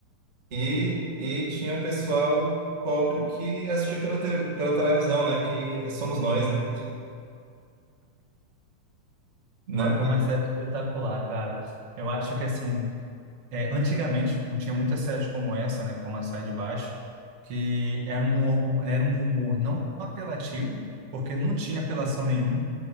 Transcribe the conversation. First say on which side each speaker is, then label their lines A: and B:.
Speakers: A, on the right (about 20°); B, on the right (about 45°).
A: E, e tinha o pessoal pobre que assistia pela, te- pela televisão, né? Que somos nós, né? Né?
B: Mas foi uma série espetacular, cara. Eu acho que, assim, é, antigamente tinha muitas séries como essa, né? Como a Sai de Baixo, que era um, era um humor não apelativo, porque não tinha apelação nenhuma,